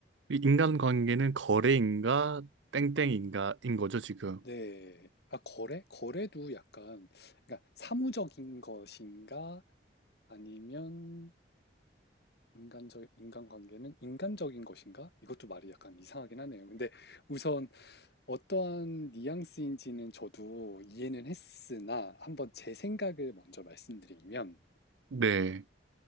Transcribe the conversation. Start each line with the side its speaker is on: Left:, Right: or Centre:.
Right: 인간 관계는 거래인가 땡땡인가인
Left: 네.
Right: 거죠, 지금.
Left: 네. 아, 거래? 거래도 약간, 그러니까 사무적인 것인가? 아니면 인간적, 인간관계는 인간적인 것인가? 이것도 말이 약간 이상하긴 하네요. 근데 우선 어떠한 뉘앙스인지는 저도 이해는 했으나 한번 제 생각을 먼저 말씀드리면,
Right: 네,